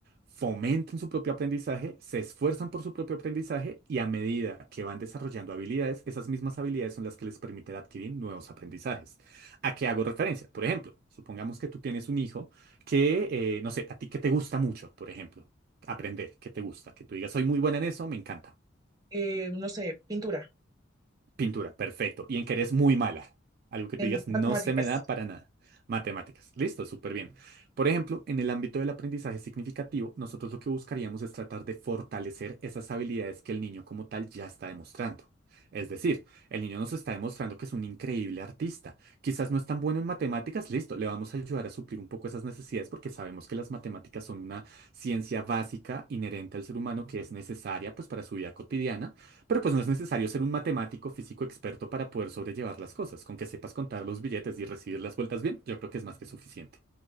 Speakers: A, on the right; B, on the right.
A: fomentan su propio aprendizaje, se esfuerzan por su propio aprendizaje y a medida que van desarrollando habilidades, esas mismas habilidades son las que les permiten adquirir nuevos aprendizajes. ¿A qué hago referencia? Por ejemplo, supongamos que tú tienes un hijo que, eh, no sé, a ti que te gusta mucho, por ejemplo, aprender, que te gusta, que tú digas, soy muy buena en eso, me encanta.
B: Eh, no sé, pintura,
A: Pintura, perfecto. Y en que eres muy mala. Algo que
B: en
A: tú digas,
B: matemáticas.
A: no se me da para nada. Matemáticas, listo, súper bien. Por ejemplo, en el ámbito del aprendizaje significativo, nosotros lo que buscaríamos es tratar de fortalecer esas habilidades que el niño como tal ya está demostrando. Es decir, el niño nos está demostrando que es un increíble artista. Quizás no es tan bueno en matemáticas, listo, le vamos a ayudar a suplir un poco esas necesidades porque sabemos que las matemáticas son una ciencia básica inherente al ser humano que es necesaria pues para su vida cotidiana pero pues no es necesario ser un matemático físico experto para poder sobrellevar las cosas. Con que sepas contar los billetes y recibir las vueltas bien, yo creo que es más que suficiente.